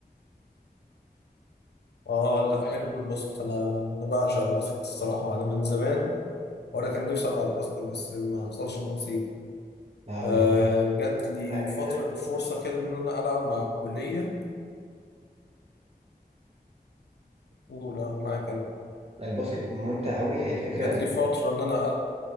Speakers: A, on the left; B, on the right.
A: اه لا حلو الباسكت انا انا بعشق الباسكت الصراحة انا من زمان وانا كان نفسي العب باسكت بس ما حصلش نصيب
B: لا هو
A: آه،
B: الباسكت
A: جات لي
B: ممتع
A: فترة
B: جدا
A: فرصة كده إن أنا ألعب مع الكلية أولى معاك أنا
B: الباسكت ممتع قوي هي الفكرة
A: جات لي فترة إن أنا ألعب